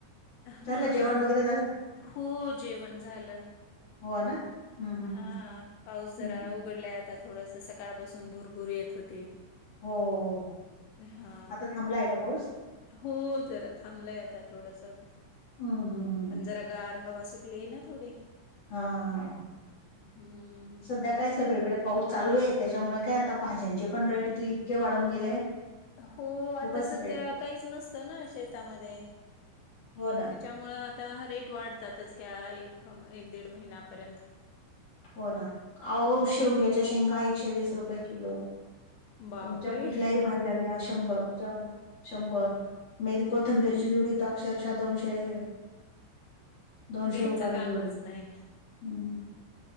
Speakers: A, on the left (about 80°); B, on the left (about 40°).
A: हा
B: झालं जेवण वगैरे झालं
A: हो जेवण झालं
B: हो ना. हं, हं,
A: हा
B: हं.
A: पाऊस जरा
B: हं.
A: उघडलाय आता थोडंसं सकाळपासून भुरभूर येत होती.
B: हो हो हो
A: हा
B: आता थांबला आहे का पाऊस?
A: हो जरा थांबलंय आता थोडंसं
B: हं, हं, हं.
A: पण जरा गार हवा सुटली आहे ना थोडी
B: हा हा
A: हम्म
B: सध्या काय सगळीकडे पाऊस चालू आहे त्याच्यामुळे काय आता भाज्यांचे पण रेट इतके वाढून गेले.
A: हो आता
B: खूपच
A: सध्या
B: रेट
A: काहीच नसतं ना शेतामध्ये
B: हो ना
A: त्यामुळं आता रेट वाढतातच ह्या एक एक दीड महिन्यापर्यंत
B: हो ना अहो
A: हम्म
B: शेवग्याच्या शेंगा एकशे वीस रुपये किलो
A: बापरे!
B: तुमच्या कुठल्याही भाज्या घ्या शंभर शंभर मेथी कोथंबीरची जुडी तर अक्षरशः दोनशे <inaudible>
A: घ्यायचं
B: रुपयाला
A: कामच
B: जोडी
A: नाही.
B: हम्म.